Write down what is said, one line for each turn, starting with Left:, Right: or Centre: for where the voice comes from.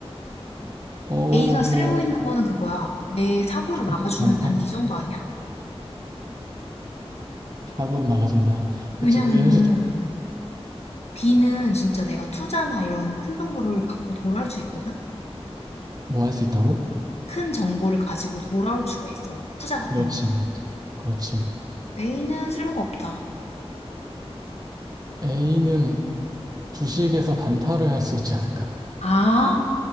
Right: 어,
Left: A가
Right: 뭐
Left: 쓸모 있는 거는 그거야. 내 사고를
Right: 주식
Left: 막아주는
Right: 반타
Left: 단지 이 정도 아니야?
Right: 사고를 막아준다.
Left: 왜냐면은
Right: 그치, 그게 현실
Left: B는 진짜 내가 투자나 이런 큰 정보를 갖고 돌아올 수 있거든?
Right: 뭐 할 수 있다고?
Left: 큰 정보를 가지고 돌아올 수가 있어. 투자 같은
Right: 그렇지,
Left: 거.
Right: 그렇지. 그렇지.
Left: A는 쓸모가 없다.
Right: A는 주식에서 단타를 할 수 있지 않을까?
Left: 아,